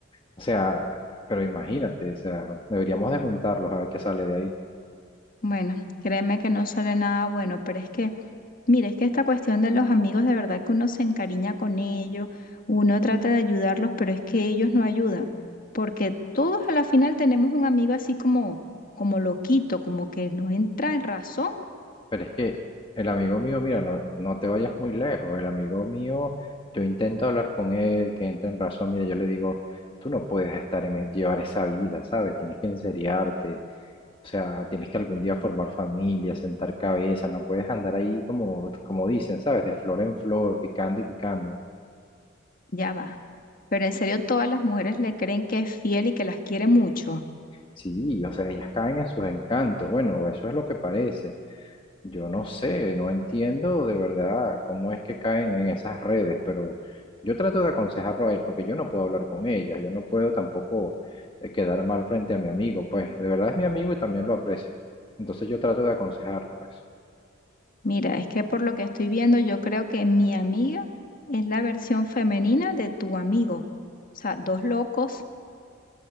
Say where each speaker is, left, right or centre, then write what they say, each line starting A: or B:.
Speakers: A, on the left; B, on the left.
A: o sea, pero imagínate, o sea, deberíamos de juntarlos a ver qué sale de ahí.
B: Bueno, créeme que no sale nada bueno, pero es que Mira, es que esta cuestión de los amigos, de verdad que uno se encariña con ellos, uno trata de ayudarlos, pero es que ellos no ayudan, porque todos a la final tenemos un amigo así como, como loquito, como que no entra en razón,
A: Pero es que el amigo mío, mira, no, no te vayas muy lejos. El amigo mío, yo intento hablar con él, que entre en razón. Mira, yo le digo, tú no puedes estar en el- llevar esa vida, ¿sabes? Tienes que enseriarte. O sea, tienes que algún día formar familia, sentar cabeza. No puedes andar ahí como, como dicen, ¿sabes? De flor en flor, picando y picando.
B: ya va. Pero en serio, todas las mujeres le creen que es fiel y que las quiere mucho.
A: Sí, o sea, ellas caen en sus encantos. Bueno, eso es lo que parece. Yo no sé, no entiendo de verdad cómo es que caen en esas redes, pero yo trato de aconsejarlo a él porque yo no puedo hablar con ellas, yo no puedo tampoco eh, quedar mal frente a mi amigo, pues de verdad es mi amigo y también lo aprecio. Entonces yo trato de aconsejarlo, pues.
B: Mira, es que por lo que estoy viendo, yo creo que mi amiga es la versión femenina de tu amigo. O sea, dos locos.